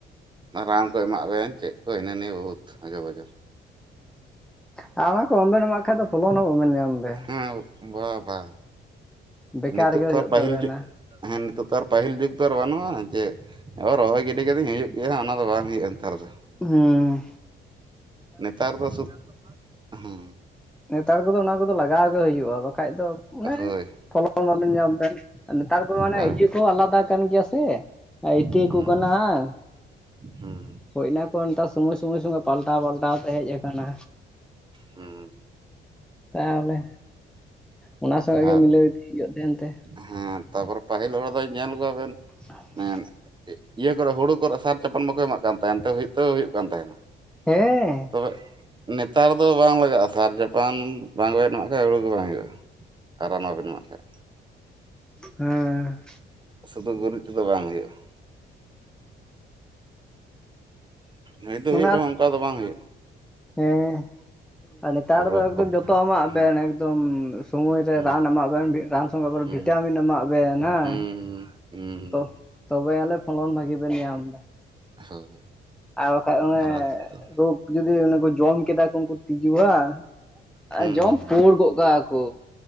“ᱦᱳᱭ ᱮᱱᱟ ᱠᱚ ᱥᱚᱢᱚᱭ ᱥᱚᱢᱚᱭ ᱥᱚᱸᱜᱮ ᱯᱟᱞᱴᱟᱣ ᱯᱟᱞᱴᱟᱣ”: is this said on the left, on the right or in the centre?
Centre